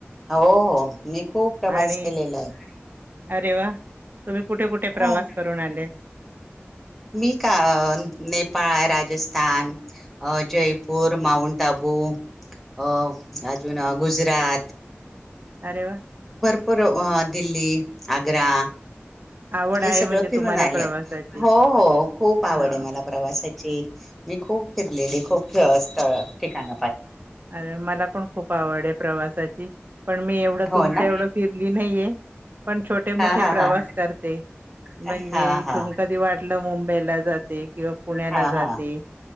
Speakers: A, in the centre; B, on the right.
A: हो.. हो.. मी खूप प्रवास
B: आणि
A: केलेला आहे.
B: अरे! वा! तुम्ही कुठे? कुठे? प्रवास
A: अ
B: करून आलेत.
A: मी काय नेपाळ, राजस्थान, अ जयपूर, माऊंट आबू अ अजून गुजरात.
B: अरे! वा!
A: पर दिल्ली आग्रा
B: आवड
A: हे
B: आहे
A: सगळं
B: म्हणजे
A: फिरून
B: तुम्हाला
A: आले
B: प्रवासाची
A: हो हो खूप आवड
B: हा
A: आहे. मला प्रवासाची मी खूप फिरलेली खूप. <unintelligible> स्थळ ठिकाण
B: अरे मला पण खूप आवड आहे प्रवासाची. पण मी एवढं
A: हो
B: तुमच्या
A: ना
B: एवढं फिरली नाहीये. पण छोटे मोठे
A: हा हा
B: प्रवास
A: हा
B: करते म्हणजे
A: हा हा
B: इथून
A: हा
B: कधी वाटलं मुं हेला जाते <unintelligible> किंवा पुण्याला
A: हा हा
B: जाते